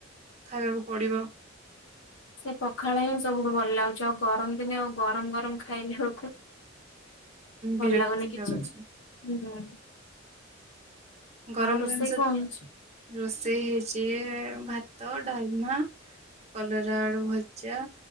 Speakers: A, on the right; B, on the left.
A: ଖାଇବାକୁ ପଡ଼ିବ।
B: ସେ ପଖାଳ ହିଁ ସବୁଠୁ ଭଲ ଲାଗୁଛି ଆଉ ଗରମ ଦିନେ ଆଉ ଗରମ ଗରମ ଖାଇଲା ବେଳକୁ
A: ବିରକ୍ତି
B: ଭଲ ଲାଗୁନି କିଛି
A: ଲାଗୁଛି
B: ହୁଁ।
A: ଗରମ
B: ଆଉ ରୋଷେଇ
A: ଜିନିଷ
B: କଣ ହେଇଛି?
A: ରୋଷେଇ ହେଇଛି ଭାତ ଡ଼ାଲମା। କଲରା ଆଳୁ ଭଜା